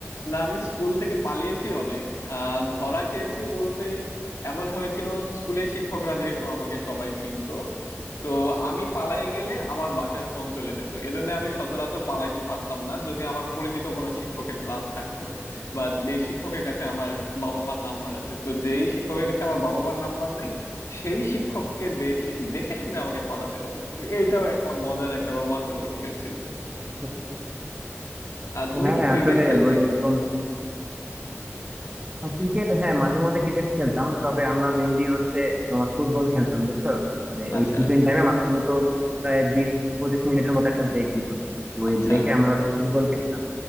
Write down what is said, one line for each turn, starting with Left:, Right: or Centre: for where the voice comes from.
Left: না আমি স্কুল থেকে পালিয়েছি অনেক আহ ধরা খেয়েছি বলতে এমন হয়েছিল স্কুলের শিক্ষকরা যেহেতু আমাকে সবাই চিনতো তো আমি পালাই গেলে আমার বাসায় ফোন চলে যেত এজন্য আমি সচরাচর পালাইতে পারতাম না যদি আমার পরিচিত কোনো শিক্ষকের ক্লাস থাকতো বা যেই শিক্ষকের কাছে আমার বাবা মার নাম্বার আছে তো যেই শিক্ষকের কাছে আমার বাবা মার নাম্বার নেই সেই শিক্ষককে দেখে দেখে শুনে আমাকে পালাতে হতো এইটাও একটা মজার একটা রোমাঞ্চকর বিষয় ছিল
Right: <laughs>
Left: আর তুমি
Right: হ্যাঁ
Left: কি ক্রিকেট
Right: আসলে
Left: খেলতে
Right: মানে এরকম ক্রিকেট হ্যাঁ মাঝে মধ্যে ক্রিকেট খেলতাম তবে আমরা মেইনলি হচ্ছে তোমার ফুটবল খেলতাম বুঝছো মানে
Left: আচ্ছা
Right: ওই টিফিন টাইমে মাঝখানে তো প্রায় বিশ পঁচিশ মিনিটের মতো একটা ব্রেক দিত তো ওই
Left: আচ্ছা
Right: ব্রেকে আমরা হচ্ছে ফুটবল খেলতাম